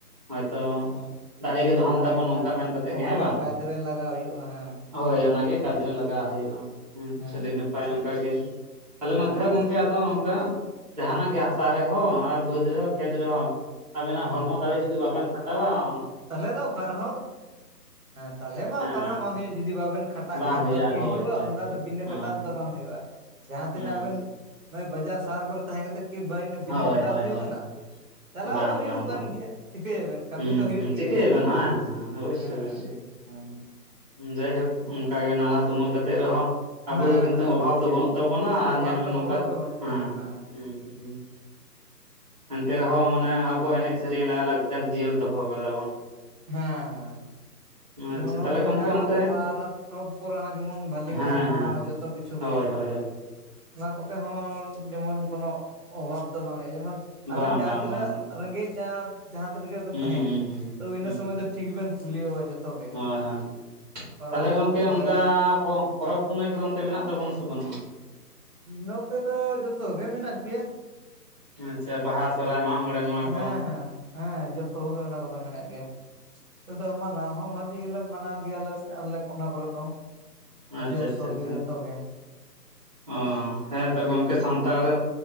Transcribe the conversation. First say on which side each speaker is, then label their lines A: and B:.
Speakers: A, on the right; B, on the right.
A: ᱦᱳᱭᱛᱚ
B: ᱦᱮᱸ
A: ᱫᱟᱲᱮᱜ ᱜᱮ
B: ᱚᱱᱟᱜᱮ
A: ᱫᱚᱦᱚᱱ ᱛᱟᱵᱚᱱ
B: ᱠᱟᱡᱽ
A: ᱚᱱᱠᱟ ᱢᱮᱱ ᱠᱟᱛᱮᱜ
B: ᱚᱱᱟᱜᱮ
A: ᱜᱮ ᱦᱮᱸ ᱵᱟᱝ?
B: ᱠᱟᱡᱽ ᱨᱮ ᱞᱟᱜᱟᱣ ᱦᱩᱭᱩᱜᱼᱟ ᱦᱮᱸ
A: ᱦᱳᱭ ᱚᱱᱟᱜᱮ ᱠᱟᱡᱽ ᱨᱮ ᱞᱟᱜᱟᱣ ᱦᱩᱭᱩᱜᱼᱟ, ᱟᱪ
B: ᱦᱮᱸ
A: ᱟᱹᱰᱤ ᱱᱟᱯᱟᱭ ᱚᱱᱠᱟᱜ ᱜᱮ ᱟᱞᱮ ᱱᱚᱛᱮ
B: ᱦᱮᱸ
A: ᱦᱚᱸ ᱜᱚᱝᱠᱮ ᱟᱫᱚ ᱱᱚᱝᱠᱟ ᱡᱟᱦᱟᱱᱟᱜ ᱜᱮ ᱦᱟᱥᱟ ᱨᱮᱦᱚᱸ ᱟᱨ ᱵᱟᱹᱫ ᱨᱮᱦᱚᱸ ᱠᱷᱮᱛ ᱨᱮᱦᱚᱸ ᱟᱵᱤᱱᱟᱜ
B: ᱦᱮᱸ
A: ᱦᱚᱲᱢᱚ ᱫᱟᱲᱮ ᱡᱩᱫᱤ ᱵᱟᱵᱮᱱ ᱠᱷᱟ ᱴᱟᱣᱟ ᱚᱸ
B: ᱛᱟᱦᱚᱞᱮ ᱫᱚ ᱚᱠᱟ ᱨᱮᱦᱚᱸ, ᱛᱟᱦᱚᱞᱮ ᱢᱟ
A: ᱦᱮᱸ
B: ᱚᱠᱟ ᱨᱮᱦᱚᱸ ᱵᱟᱝ ᱦᱩᱭᱩᱜᱼᱟ ᱡᱩᱫᱤ ᱵᱟᱵᱮᱱ ᱠᱷᱟᱴᱟᱜ
A: ᱵᱟᱝ
B: ᱠᱷᱟᱡ ᱫᱚ ᱠᱤ
A: ᱦᱳᱭ
B: ᱦᱩᱭᱩᱜᱼᱟ,
A: ᱦᱳᱭ
B: ᱚᱱᱠᱟ
A: ᱦᱳᱭ
B: ᱫᱚ ᱵᱤᱱᱟᱹ ᱠᱷᱟᱴᱟᱣ
A: ᱦᱳᱭ
B: ᱫᱚ ᱵᱟᱝ ᱦᱩᱭᱩᱜᱼᱟ᱾ ᱡᱟᱦᱟᱸ ᱛᱤᱱᱟᱹᱜ
A: ᱦᱮᱸ
B: ᱟᱵᱮᱱ ᱱᱚᱜᱼᱚᱭ ᱵᱟᱡᱟᱨ ᱥᱟᱦᱟᱨ ᱠᱚᱨᱮ ᱛᱟᱦᱮᱸ ᱠᱟᱛᱮᱜ ᱠᱤ ᱵᱟᱧ ᱵᱤᱱᱟᱹ
A: ᱦᱳᱭ
B: ᱠᱷᱟᱴᱟᱣ
A: ᱦᱳᱭ
B: ᱛᱮ ᱦᱩᱭᱩᱜ
A: ᱦᱳᱭ
B: ᱠᱟᱱᱟ? ᱪᱟᱞᱟᱣ
A: ᱵᱟᱝ
B: ᱫᱚ ᱦᱩᱭᱩᱜ
A: ᱵᱟᱝ
B: ᱠᱟᱱ
A: ᱵᱟᱝ
B: ᱜᱮᱭᱟ ᱪᱤᱠᱟᱹᱭᱟᱵᱱ ᱠᱟᱹᱢᱤ
A: ᱦᱩᱸ
B: ᱫᱚ
A: ᱦᱩᱸ
B: ᱦᱩᱭᱩᱜ ᱜᱮᱭᱟ
A: ᱪᱤᱠᱟᱹᱭ ᱟᱵᱮᱱ ᱦᱮᱸ ᱦᱮᱸ ᱚᱵᱚᱥᱥᱭ
B: ᱦᱮᱸ
A: ᱚᱵᱚᱥᱥᱭ᱾
B: ᱦᱮᱸ
A: ᱡᱟᱭᱦᱳᱠ ᱚᱱᱠ ᱜᱮ ᱱᱟᱞᱦᱟ ᱛᱩᱢᱟᱹᱞ ᱠᱟᱛᱮᱜ ᱨᱮᱦᱚᱸ ᱟᱵᱚ
B: ᱦᱮᱸ
A: ᱫᱚ ᱠᱤᱱᱛᱩ
B: ᱦᱮᱸ
A: ᱚᱵᱷᱟᱵ ᱫᱚ ᱵᱟᱹᱱᱩᱜ ᱛᱟᱵᱚᱱᱟ ᱟᱨ
B: ᱚᱵᱷᱟᱵ
A: ᱧᱮᱞ ᱢᱮ
B: ᱫᱚ
A: ᱱᱚᱝᱠᱟ
B: ᱚᱵᱷᱟᱵ ᱫᱚ ᱵᱟᱹᱱᱩᱜ
A: ᱦᱮᱸ
B: ᱛᱟᱵᱚᱱᱟ
A: ᱦᱩᱸ ᱦᱩᱸ ᱦᱩᱸ᱾ ᱮᱱᱛᱮ ᱨᱮᱦᱚᱸ ᱢᱟᱱᱮ ᱟᱵᱚ ᱮᱱᱮᱡ ᱥᱮᱨᱮᱧ ᱞᱟᱭᱼᱞᱟᱠᱪᱟᱨ ᱡᱤᱭᱟᱹᱲ ᱫᱚᱦᱚ ᱠᱟᱫᱟ ᱵᱚᱱ᱾
B: ᱦᱮᱸ᱾ ᱡᱮᱢᱚᱱ
A: ᱟᱪᱪᱷᱟ
B: ᱱᱚᱜᱼᱚᱭ
A: ᱛᱟᱦᱚᱞᱮ
B: ᱡᱮᱢᱚᱱ
A: ᱜᱚᱝᱠᱮ
B: ᱦᱱᱟᱜ
A: ᱚᱱᱛᱮ
B: ᱯᱚᱨᱟᱽ ᱯᱚᱨᱚᱵᱽ ᱠᱚᱨᱮ ᱦᱚᱸ ᱡᱮᱢᱚᱱ ᱵᱷᱟᱹᱞᱤ ᱜᱮᱵᱚᱱ
A: ᱦᱮᱸ
B: ᱢᱟᱱᱟᱣᱟ
A: ᱦᱮᱸ
B: ᱡᱚᱛᱚ ᱠᱤᱪᱷᱩ
A: ᱦᱳᱭ
B: ᱜᱮ᱾
A: ᱦᱳᱭ ᱦᱳᱭ
B: ᱚᱱᱟ ᱠᱚᱛᱮ ᱦᱚᱸ ᱡᱮᱢᱚᱱ ᱠᱳᱚᱱᱚ ᱚᱵᱷᱟᱵ ᱫᱚ ᱵᱟᱝ ᱦᱩᱭᱩᱜᱼᱟ, ᱡᱮᱢᱚᱱ ᱟᱵᱮᱱ
A: ᱵᱟᱝ
B: ᱡᱟᱦᱟᱸ
A: ᱵᱟᱝ
B: ᱛᱤᱱᱟᱹᱜ
A: ᱵᱟᱝ ᱵᱟᱝ
B: ᱨᱮᱸᱜᱮᱡ ᱡᱟᱦᱟᱸ ᱡᱟᱦᱟᱸ ᱛᱤᱱᱟᱹᱜ ᱜᱮᱵᱱ
A: ᱦᱩᱸ
B: ᱛᱟᱦᱮᱱ
A: ᱦᱩᱸ ᱦᱩᱸ
B: ᱛᱚ, ᱤᱱᱟᱹ
A: ᱦᱩᱸ
B: ᱥᱚᱢᱚᱭ ᱫᱚ ᱴᱷᱤᱠ ᱜᱮᱵᱮᱱ ᱠᱩᱞᱤ ᱡᱚᱛᱚ᱾ ᱜᱮ
A: ᱦᱳᱭ ᱦᱳᱭ,
B: ᱯᱟᱨᱟᱵᱽ
A: ᱛᱟᱦᱚᱞᱮ ᱜᱚᱢᱠᱮ
B: ᱠᱚᱨᱮ
A: ᱚᱱᱠᱟ ᱚ ᱯᱚᱨᱚᱵᱽ ᱯᱩᱱᱟᱹᱭ ᱠᱚᱫᱚ ᱚᱱᱛᱮ ᱢᱮᱱᱟᱜ ᱛᱟᱵᱚᱱᱟ ᱥᱮ ᱵᱟᱹᱱᱩᱜᱼᱟ?
B: ᱱᱚᱛᱮ ᱫᱚ ᱡᱚᱛᱚ ᱜᱮ ᱢᱮᱱᱟᱜ ᱜᱮᱭᱟ᱾
A: ᱟᱪᱪᱷᱟ ᱵᱟᱦᱟ ᱥᱚᱨᱦᱟᱭ ᱢᱟᱸᱜ ᱢᱚᱬᱮ ᱱᱚᱣᱟ
B: ᱦᱮᱸ
A: ᱠᱚ᱾
B: ᱦᱮᱸ ᱦᱮᱸ ᱡᱚᱛᱚ ᱜᱮ, ᱚᱱᱟ ᱠᱚᱫᱚ ᱢᱮᱱᱟᱜ ᱜᱮᱭᱟ᱾ ᱟᱫᱚ ᱢᱟᱱᱟᱣ ᱦᱚᱸ ᱵᱷᱟᱹᱜᱤ ᱞᱤ ᱜᱮᱞᱮ ᱢᱟᱱᱟᱣ ᱜᱮᱭᱟ ᱞᱮ ᱥᱮ ᱟᱞᱮ ᱚᱱᱟ ᱠᱚᱨᱮ ᱫᱚ
A: ᱟᱪᱪᱷᱟ
B: ᱡᱳᱨᱥᱳᱨ
A: ᱟᱪᱪᱷᱟ ᱟᱪᱪᱷᱟ
B: ᱜᱮ ᱡᱚᱛᱚ ᱜᱮ᱾
A: ᱚ ᱦᱮᱸ ᱛᱚ ᱜᱚᱢᱠᱮ
B: ᱦᱩᱸ
A: ᱥᱟᱱᱛᱟᱲ